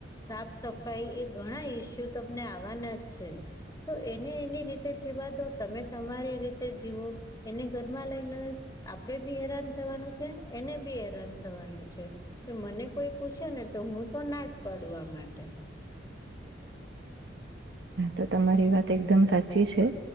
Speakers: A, on the left; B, on the right.
A: સાફ સફાઈ એ ઘણા ઈસ્યુ તમને આવવાના જ છે. તો એને એની રીતે જીવાદો તમે તમારી રીતે જીવો. એને ઘરમાં લઈને આપડે બી હેરાન થવાનું. છે એને બી હેરાન થવાનું છે તો મને કોઈ પૂછે ને તો હું તો ના જ. પડવા માટે.
B: તો તમારી વાત એકદમ સાચી છે.